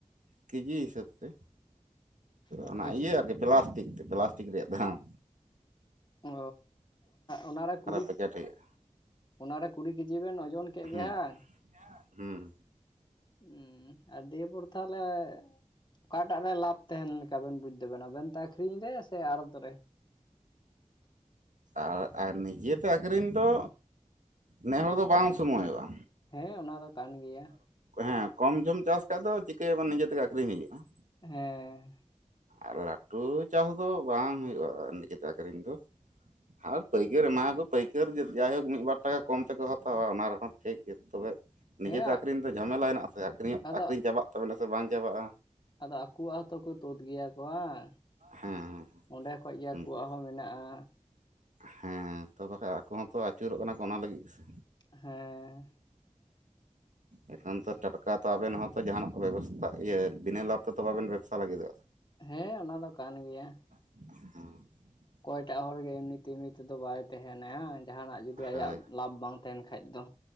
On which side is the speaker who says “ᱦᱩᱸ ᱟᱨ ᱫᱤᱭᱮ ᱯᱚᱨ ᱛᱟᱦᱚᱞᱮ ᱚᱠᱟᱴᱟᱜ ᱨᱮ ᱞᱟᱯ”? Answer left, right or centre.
Left